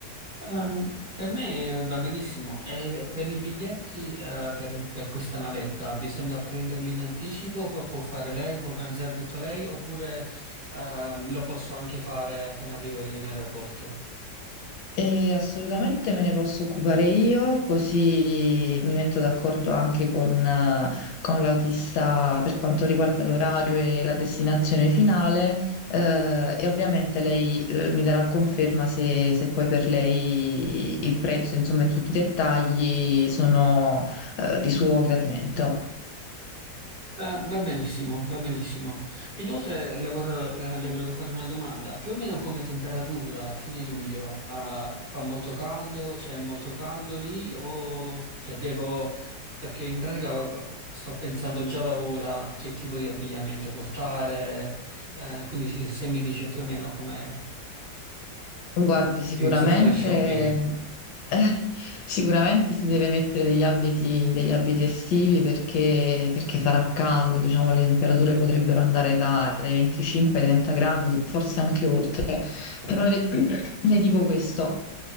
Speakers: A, on the right; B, on the left.
A: Ehm, per me eh, va benissimo. E per i biglietti, eh, per, per questa navetta, bisogna prenderli in anticipo, poi può fare lei, può organizzare tutto lei, oppure, ehm, lo posso anche fare appena arrivo in aeroporto?
B: E assolutamente me ne posso occupare io, così mi metto d'accordo anche con, eh, con l'autista per quanto riguarda l'orario e la destinazione finale, eh, e ovviamente lei, eh, mi darà conferma se, se poi per lei il prezzo, insomma, e tutti i dettagli sono, eh, di suo gradimento.
A: Eh, va benissimo, va benissimo. Inoltre le, vor- eh, le volevo fare una domanda. Più o meno come temperatura a fine luglio, eh, fa molto caldo? Cioè è molto caldo lì? O cioè, devo... Perché in pratica eh, sto pensando già da ora a che tipo di abbigliamento portare, eh, quindi sì, se mi dice più o meno come
B: Guardi, sicuramente,
A: inizio a fare shopping.
B: eh, sicuramente si deve mettere degli abiti, degli abiti estivi perché, perché sarà caldo, diciamo, le temperature potrebbero andare da- dai 25 ai 30 gradi, forse anche oltre. Però le, <clears throat> le dico questo,